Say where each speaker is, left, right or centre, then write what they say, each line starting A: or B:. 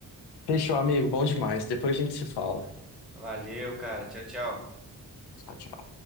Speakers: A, on the left; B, in the centre.
A: Fechou, amigo, bom demais. Depois a gente se fala.
B: Valeu, cara. Tchau, tchau.
A: Tchau, tchau.